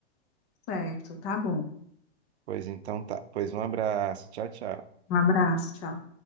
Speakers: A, on the left; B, on the right.
A: Certo, tá bom.
B: Pois então tá. Pois um abraço. Tchau, tchau.
A: Um abraço, tchau.